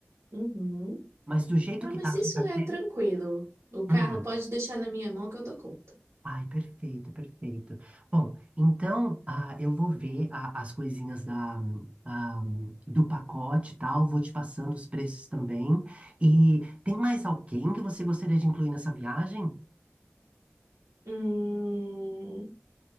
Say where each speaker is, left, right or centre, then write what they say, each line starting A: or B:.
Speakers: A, on the right (about 70°); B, on the right (about 25°).
A: Uhum.
B: Mas do jeito
A: Ah,
B: que
A: mas
B: tá a
A: isso
B: sua carteira.
A: é tranquilo. O carro
B: hum.
A: pode deixar na minha mão que eu dou conta.
B: Ai, perfeito, perfeito. Bom, então ah, eu vou ver a- as coisinhas da, hum, ah, hum, do pacote e tal, vou te passando os preços também. E tem mais alguém que você gostaria de incluir nessa viagem?
A: Hum...